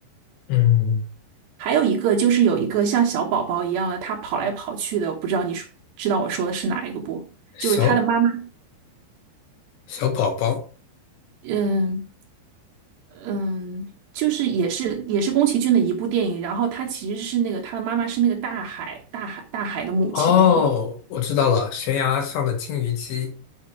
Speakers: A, on the left; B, on the right.
A: 嗯，
B: 还有一个就是有一个像小宝宝一样的，他跑来跑去的，我不知道你说知道我说的是哪一个不？
A: 小
B: 就是他的妈妈，
A: 小宝宝。
B: 嗯嗯，就是也是也是宫崎骏的一部电影，然后他其实是那个他的妈妈是那个大海大海大海的母亲，
A: 哦，我知道了，悬崖上的金鱼姬，